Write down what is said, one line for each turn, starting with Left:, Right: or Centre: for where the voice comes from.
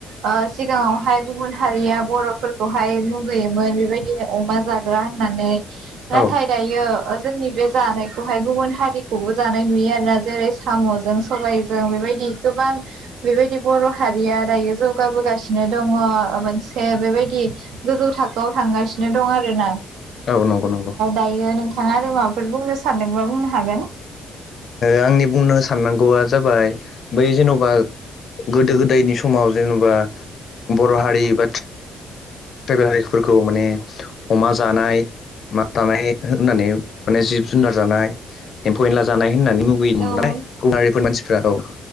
Right: ओ सिगाङावहाय गुबुन हारि या बरफोरखौहाय मुगैयोमोन बेबायदिनो अमा जाग्रा होननानै ना
Left: औ
Right: थायो दायोयो जोंनि बे जानायखौहाय गुबुन हारिखौबो जानाय नुयो आरोना जेरै सामजों सबायजों बेबायदि। गोबां बेबायदि बर' हारिया दायो जौगाबोगासिनो दङ मोनसे बेब बायदि गोजौ थाखोआव थांगासिनो दं आरोना
Left: औ नंगौ नंगौ।
Right: दायो नोंथाङा आरो माबाफोर बुंनो सानदोंबा बुंनो हागोन।
Left: आंनि बुंनो साननांगौआ जाबाय बै जेन'बा गोदो गोदायनि समाव जेनेबा बर' हारि बाथ ट्राइबेलारिफोरखौ माने अमा जानाय मा जानाय होननानै माने जिब जुनार जानाय एम्फौ एनला जानाय होननानै लुबैयो
Right: हागोन
Left: <unintelligible> मानसिफ्रा औ